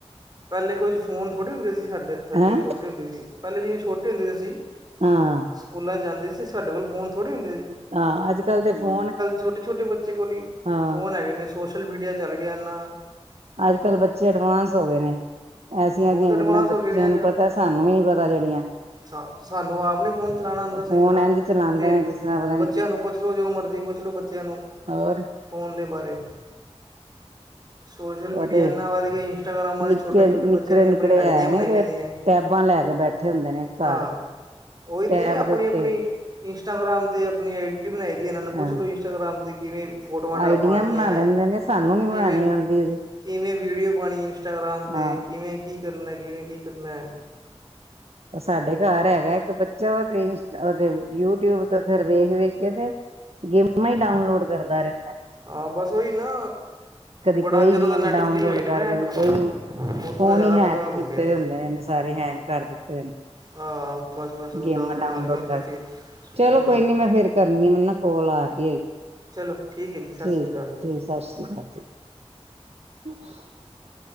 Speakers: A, on the right (about 40°); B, on the right (about 70°).
A: ਪਹਿਲੇ ਕੁਝ ਫੋਨ ਥੋੜ੍ਹੇ ਹੁੰਦੇ ਸੀ। ਸਾਡੇ ਇੱਥੇ
B: ਹੈਂ
A: ਜਿਵੇਂ ਛੋਟੇ ਹੁੰਦੇ ਸੀ‌। ਪਹਿਲੇ ਜਿਵੇਂ ਛੋਟੇ ਹੁੰਦੇ ਅਸੀ
B: ਹਾਂ।
A: ਸਕੂਲਾਂ 'ਚ' ਜਾਂਦੇ ਸੀ ਸਾਡੇ ਕੋਲ ਫੋਨ ਥੋੜ੍ਹੀ ਹੁੰਦੇ ਸੀ।
B: ਹਾਂ, ਅੱਜ-ਕੱਲ੍ਹ ਦੇ ਫੋਨ
A: ਛੋਟੇ-ਛੋਟੇ ਬੱਚੇ ਕੋਲ ਹੀ
B: ਹਾਂ
A: ਫੋਨ ਹੈਗੇ ਨੇ। ਸੋਸ਼ਲ ਮੀਡੀਆ ਚੱਲ ਗਿਆ ਇਨਾਂ
B: ਅੱਜ-ਕੱਲ੍ਹ ਬੱਚੇ ਐਡਵਾਂਸ ਹੋ ਗਏ ਨੇ। ਐਸੀਆਂ-ਐਸੀਆਂ
A: ਬਹੁਤ ਐਡਵਾਂਸ
B: ਗੱਲਾਂ ਬੱਚਿਆਂ
A: ਹੋ ਗਏ ਨੇ
B: ਨੂੰ ਪਤਾ ਸਾਨੂੰ ਵੀ ਨੀ ਪਤਾ ਜਿਹੜੀਆਂ
A: ਸਾ-ਸਾਨੂੰ ਆਪ ਨੀ ਫੋਨ ਚਲਾਂਣਾ ਆਂਦਾ ਸਹੀ
B: ਫੋਨ
A: ਤਰ੍ਹਾਂ
B: ਇੰਝ ਚਲਾਉਂਦੇ
A: ਤੇ
B: ਨੇ ਜਿਸ ਤਰ੍ਹਾਂ ਪਤਾ
A: ਬੱਚਿਆਂ
B: ਨੀ
A: ਨੂੰ ਪੁੱਛ ਲਓ ਜੋ ਮਰਜ਼ੀ ਪੁੱਛ ਲਓ। ਬੱਚੇ ਤੈਨੂੰ
B: ਔਰ
A: ਫੋਨ ਦੇ ਬਾਰੇ ਸੋਸ਼ਲ ਮੀਡੀਆ
B: ਉਹ ਤੇ
A: ਇਹਨਾਂ ਵੱਧ ਗਿਆ ਜੀ ਇੰਸਟਾਗਰਾਮਾਂ
B: ਨਿੱਕੇ
A: ਦੇ ਛੋਟੇ-ਛੋਟੇ
B: ਨਿੱਕੜੇ
A: ਬੱਚਿਆਂ ਨੇ
B: ਨਿੱਕੜੇ
A: ਆਪਣੀ ਆਈਡੀਆ
B: ਹੈ
A: ਬਣਾਈਆਂ
B: ਨੇ ਤੇ
A: ਦੀਆਂ
B: ਟੈਬਾਂ ਲੈ ਕੇ ਬੈਠੇ ਹੁੰਦੇ ਨੇ
A: ਹਾਂ
B: ਘਰ
A: ਉਹੀ
B: ਟੈਬ
A: ਤੇ ਆਪਣੀ-ਆਪਣੀ
B: ਦੇ ਉੱਤੇ
A: ਇੰਸਟਾਗ੍ਰਾਮ 'ਤੇ ਆਪਣੀ ਆਈ ਡੀ ਬਣਾਈ ਦੀ ਇਹਨਾਂ ਨੂੰ ਪੁੱਛ
B: ਹਾਂ
A: ਲਓ ਇੰਸਟਾਗ੍ਰਾਮ 'ਤੇ ਕਿਵੇਂ ਫੋਟੋਆਂ ਡਾਪਾਂਉਣੀਆਂ,
B: ਆਈਡੀਆਂ ਬਣਾ ਲੈਂਦੇ ਨੇ ਸਾਨੂੰ ਨੀ
A: ਕਿਵੇਂ
B: ਬਣਾਉਣੀ ਆਉਂਦੀ ਜੀ
A: ਕਿਵੇਂ ਵੀਡੀਓ ਪਾਣੀ ਇੰਸਟਾਗ੍ਰਾਮ 'ਤੇ
B: ਹਾਂ
A: ਕਿਵੇਂ ਕਿ ਕੀ ਕਰਨਾ ਕਿਵੇਂ ਕੀ ਕਰਨਾ ਐ।
B: ਸਾਡੇ ਘਰ ਐਗਾ ਇੱਕ ਬੱਚਾ ਉਹ ਤੇ ਯੂਟਿਊਬ ਤੇ ਵੇਖ-ਵੇਖ ਕੇ ਤੇ ਗੇਮਾਂ ਹੀ ਡਾਊਨਲੋਡ ਕਰਦਾ ਰਹਿੰਦਾ।
A: ਹਾਂ ਬਸ ਉਹੀ ਨਾ
B: ਕਦੀ
A: ਬੜਾ
B: ਕੋਈ
A: ਜਦੋਂ
B: ਗੇਮ
A: ਦਾ ਨੈੱਟ
B: ਡਾਊਨਲੋਡ
A: ਫ੍ਰੀ ਹੋਏ ਨੇ
B: ਕਰ
A: ਨਾ
B: ਕਦੀ
A: ਆਪਣਾ
B: ਕੋਈ
A: ਉਦੋਂ
B: ਫੋਨ
A: ਤਾਂ ਜ਼ਿਆਦਾ
B: ਹੀ ਹੈਕ
A: ਬੁਰਾ ਹਾਲ
B: ਕੀਤੇ
A: ਹੋ ਗਿਆ
B: ਹੁੰਦੇ ਨੇ। ਇਹਨੇ ਸਾਰੇ ਹੈਂਗ ਕਰ ਦਿੱਤੇ ਨੇ।
A: ਹ ਬਸ-ਬਸ ਉਹ
B: ਗੇਮਾਂ
A: ਡਾਊਨਲੋਡ ਕਰ-ਕਰ
B: ਕਰਕੇ
A: ਤੇ ਸੁੱਟਦਾ।
B: ਚਲੋ ਕੋਈ ਨੀ ਮੈਂ ਫੇਰ ਕਰਨੀ ਆ ਮੈ ਨਾ ਕੋਲ ਆ ਕੇ ਐਗੀ।
A: ਚਲੋ ਠੀਕ ਹੈ ਜੀ। ਸਤਿ
B: ਠੀਕ
A: ਸ਼੍ਰੀ ਅਕਾਲ
B: ਐ
A: ਜੀ
B: ਚਲੋ ਸਾਸਰੀਕਾਲ ਜੀ <inaudible>